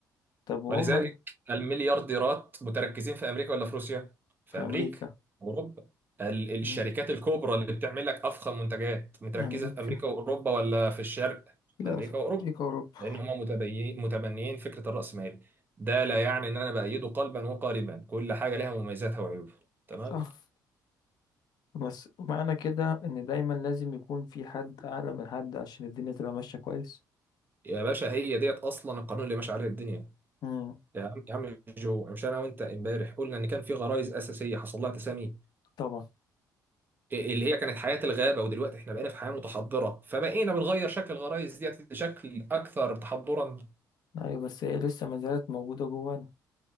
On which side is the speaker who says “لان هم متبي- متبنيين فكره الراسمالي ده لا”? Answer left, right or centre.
Right